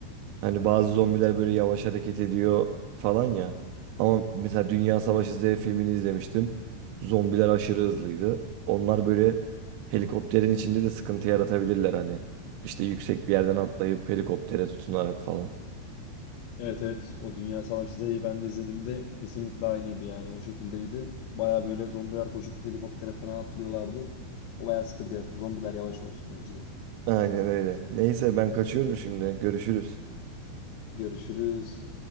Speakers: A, on the right; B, on the left.
A: Hani bazı zombiler böyle yavaş hareket ediyor falan ya. Ama mesela Dünya Savaşı Z filmini izlemiştim. Zombiler aşırı hızlıydı. Onlar böyle helikopterin içinde de sıkıntı yaratabilirler hani. İşte yüksek bir yerden atlayıp helikoptere tutunarak falan.
B: Evet evet o Dünya Savaşı Z'yi ben de izlediğimde kesinlikle aynıydı yani o şekildeydi. Baya böyle zombiler koşup helikoptere falan atlıyorlardı. O baya sıkıntı yarattı. Zombiler yavaş olsun bence de.
A: Aynen öyle. Neyse ben kaçıyorum şimdi. Görüşürüz.
B: Görüşürüz.